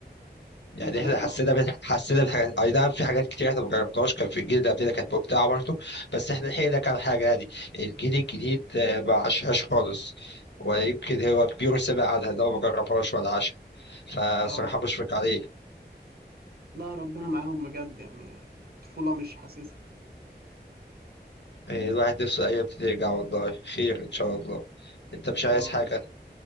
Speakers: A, on the left; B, on the right.
A: يعني
B: احنا فلتنا
A: احنا حسينا
B: والله
A: بال- حسينا بحاجات أي نعم في حاجات كتير احنا ما جربناش كان في الجيل ده قبلنا كانت ممتعة برضه بس احنا لحقنا كام حاجة يعني الجيل الجديد آه، ما عاشهاش خالص ولا يمكن هو كبير وسمع عنها ده هو ما جربهاش ولا عاشها فصراحة
B: اه
A: بشفق عليه
B: لا ربنا معاهم بجد يعني طفوله مش حاسسها
A: آه، الواحد نفسه الأيام دي ترجع والله خير إن شاء الله أنت مش
B: ان
A: عايز
B: شاء
A: حاجة
B: الله